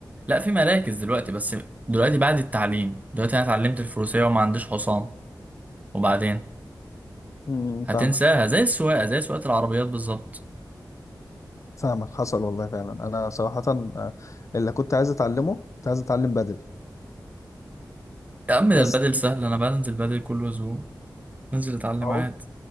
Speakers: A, on the right; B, on the left.
A: لا في مراكز دلوقتي بس دلوقتي بعد التعليم دلوقتي انا اتعلمت الفروسيه وما عنديش حصان وبعدين
B: مم،
A: هتنساها
B: فاهمك
A: زي السواقة زي سواقة العربيات بالظبط
B: فاهمك حصل والله فعلا أنا صراحة آه، اللي كنت عايز أتعلمه كنت عايز أتعلم بدل
A: يا عم ده
B: بس
A: البدل سهل أنا بنزل بدل كل أسبوع ننزل أتعلم
B: أهو
A: عادي